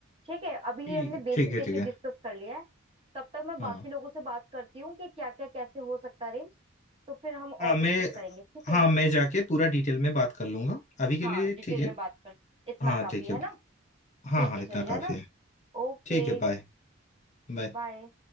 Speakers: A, on the right; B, on the left.
A: ठीक है अभी
B: ठीक
A: ये हमने बेसिक
B: ठीक है
A: बेसिक
B: ठीक है
A: डिस्कस कर लिया है तब तक मैं
B: हाँ
A: बाकी लोगों से बात करती हूँ कि क्या क्या कैसे हो सकता है अरेंज तो फिर हम और
B: हाँ मैं
A: डिस्कस करेंगे ठीक है
B: हाँ मैं जाके पूरा डिटेल में बात कर लूंगा अभी के
A: हाँ
B: लिए
A: डिटेल
B: ठीक है
A: में बात कर इतना
B: हाँ
A: काफी
B: ठीक है
A: है ना
B: हाँ
A: ठीक
B: हाँ
A: है
B: इतना
A: चलिए
B: काफी
A: है ना
B: है
A: ओके
B: ठीक है बाय बाय
A: बाय